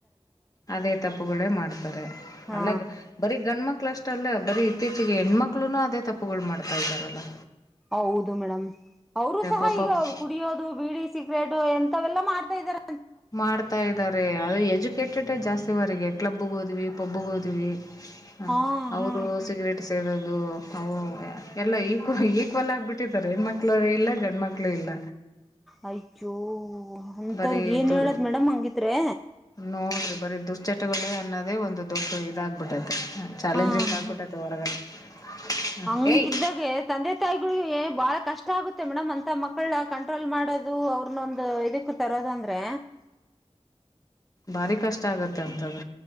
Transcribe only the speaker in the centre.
ಹಾ
ಹೌದು ಮೇಡಮ್ ಅವರು ಸಹ
ಈಗ ಕುಡಿಯೋದು ಬೀಡಿ ಸಿಕ್ರೆಟ್ ಎ ೆಲ್ಲ ಮಾಡ್ತಾ ಇದ್ದಾರೆ
ಹಾ
ಹಾ ಹಾ
ಆಯಚ್ಚು ಅಂತವ್ರಗ್
ಏನ್
ಹೇಳದ್ ಮೇಡಮ್ ಹಂಗಿದ್ರೆ
ಹಾ
ಹ
ಹಂಗಿದ್ದಾಗೆ
ತಂದೆ ತಾಯಿಗಳು ಏ. ಬಾಳ ಕಷ್ಟ ಆಗುತ್ತೆ ಮೇಡಮ್ ಅಂತ ಮಕ್ಕಳನಾ ಕಂಟ್ರೋಲ್ ಮಾಡೋದು ಅವ್ರನ್ನೊಂದ ಇದಕ್ಕ ತರೋದು ಅಂದ್ರೆ.